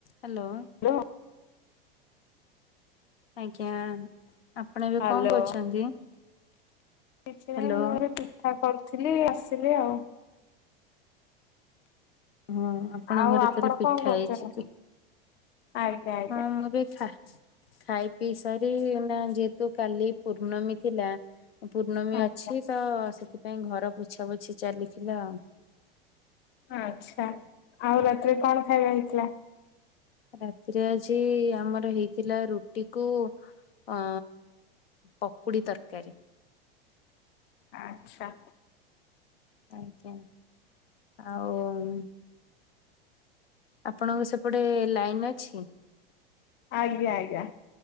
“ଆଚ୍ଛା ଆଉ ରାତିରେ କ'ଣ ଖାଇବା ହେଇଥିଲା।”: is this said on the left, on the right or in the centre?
Left